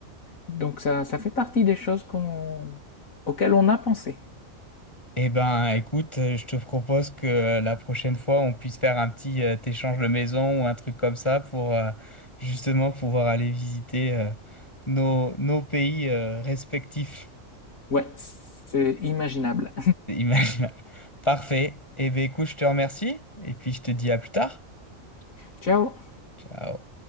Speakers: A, on the left; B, on the left.
A: Donc ça, ça fait partie des choses qu'on, auxquelles on a pensé.
B: Eh ben, écoute, euh, je te propose que euh, la prochaine fois, on puisse faire un petit euh, échange de maison ou un truc comme ça pour euh, justement pouvoir aller visiter euh, nos, nos pays euh, respectifs.
A: Ouais, c'est imaginable.
B: C'est imaginable. Parfait. Eh bien, écoute, je te remercie et puis je te dis à plus tard.
A: <laughs> Ciao!
B: Ciao.